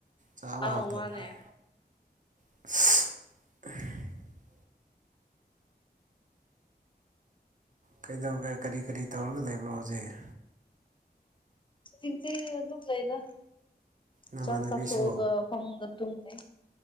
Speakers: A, on the right; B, on the left.
A: ꯆꯥꯕ
B: ꯑꯥꯎ
A: ꯍꯥꯎꯇꯕꯅꯤ
B: ꯃꯥꯅꯦ
A: ꯑ <unintelligible> ꯀꯩꯗꯧꯒꯦ ꯀꯔꯤ ꯀꯔꯤ ꯇꯧꯔꯒ ꯂꯩꯕ꯭ꯔꯣ ꯍꯧꯖꯤꯛ?
B: ꯆꯤꯡꯆꯤ ꯑꯗꯨꯝ ꯂꯩꯗ
A: ꯅꯃꯥꯟꯅꯕꯤꯁꯨ
B: ꯆꯥꯛ ꯆꯥꯊꯣꯛꯑꯒ ꯐꯃꯨꯡꯗ ꯇꯨꯝꯅꯤ꯫